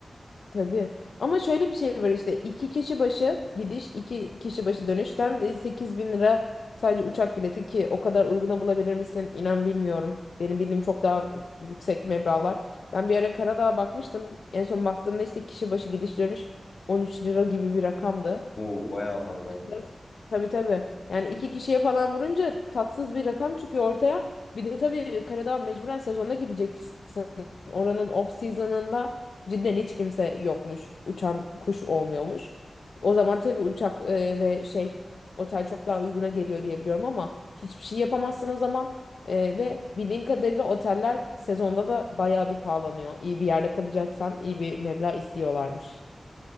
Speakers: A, on the left (about 80°); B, on the left (about 60°).
A: Tabii. Ama şöyle bir şey var işte iki kişi başı gidiş iki kişi başı dönüşten 8 bin lira sadece uçak bileti ki o kadar uyguna bulabilir misin? İnan bilmiyorum. Benim bildiğim çok daha yüksek meblağlar. Ben bir ara Karadağ'a bakmıştım. En son baktığımda işte kişi başı gidiş dönüş 13 lira gibi bir rakamdı.
B: Oo bayağı fazlaymış.
A: Biraz- Tabii tabii. Yani iki kişiye falan vurunca tatsız bir rakam çıkıyor ortaya. Bir de tabii Karadağ mecburen sezonda gideceksin. Oranın off season'ında cidden hiç kimse yokmuş. Uçan kuş olmuyormuş. O zaman tabii uçak e, ve şey otel çok daha uyguna geliyor diye biliyorum ama hiçbir şey yapamazsın o zaman. E, ve bildiğim kadarıyla oteller sezonda da bayağı bir pahalanıyor. İyi bir yerde kalacaksan iyi bir meblağ istiyorlarmış.